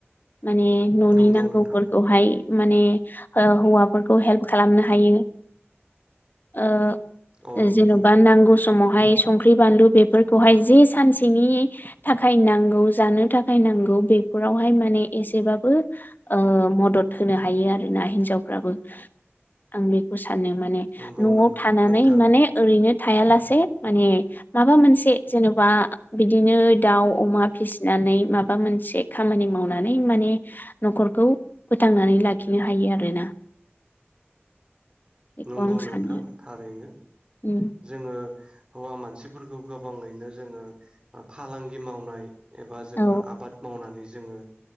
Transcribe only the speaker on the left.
माने न'नि
नांगौफोरखौहाय
माने ओ हौवाफोरखौ हेल्प खालामनो हायो ओ
ओ
जेनबा नांगौ स समावहाय संख्रि बानलु बेफोरखौहाय जे सानसेनि थाखाय नांगौ जानो थाखाय नांगौ बेफोरावहाय माने एसेबाबो ओ मदद होनो हायो आरो। ना हिनजावफ्राबो आं बेखौ स सानो माने
नआव
थानानै
माने ओरैनो थायालासे माने माबा मोनसे जेनबा बिदिनो दाउ अमा फिसिनानै माबा मोनसे खामानि मावनानै माने नखरखौ फोथांनानै लाखि हायो आरोना बेखौ
आं सानो
उम
औ